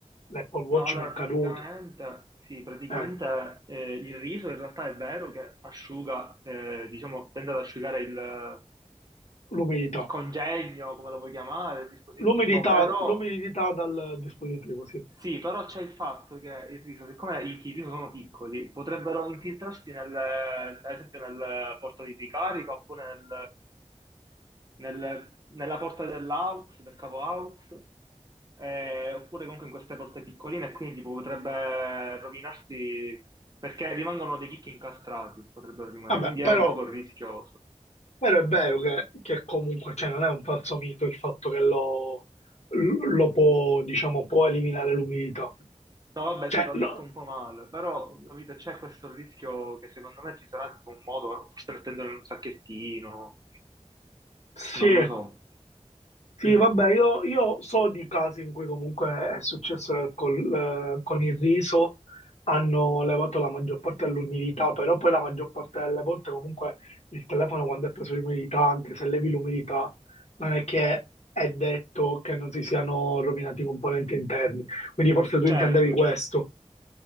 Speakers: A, on the left; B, on the right.
A: L'Apple Watch
B: No, allora
A: mi è caduto.
B: praticamente, sì, praticamente
A: Eh,
B: eh, il riso in realtà è vero che asciuga, eh, diciamo, tende ad asciugare il,
A: l'umidità.
B: il congegno, come lo vuoi chiamare, il dispositivo,
A: L'umidità
B: però
A: l'umidità dal dispositivo, sì.
B: sì, però c'è il fatto che il riso, siccome i, i riso sono piccoli, potrebbero infiltrarsi nel, ad esempio nel portatile di ricarica oppure nel, nel- nella porta dell'aux, del cavo aux, eh, oppure comunque in queste porte piccoline, e quindi tipo, potrebbe rovinarsi perché rimangono dei chicchi incastrati, potrebbero rimanere,
A: Vabbè,
B: quindi
A: però,
B: è un poco rischioso.
A: però è vero che, che comunque, cioè, non è un falso mito il fatto che lo, lo può, diciamo, può eliminare l'umidità.
B: No, vabbè,
A: Cioè,
B: sì, l'ho
A: no,
B: detto un po' male, però capite, c'è questo rischio che secondo me ci sarà tipo un modo, forse mettendolo in un sacchettino,
A: sì.
B: non lo so.
A: Sì,
B: Mm.
A: vabbè, io, io so di casi in cui comunque è successo che col- eh, con il riso hanno levato la maggior parte dell'umidità, però poi la maggior parte delle volte comunque il telefono quando è preso l'umidità, anche se levi l'umidità, non è che è detto che non si siano rovinati i componenti interni. Quindi forse tu
B: Certo.
A: intendevi questo.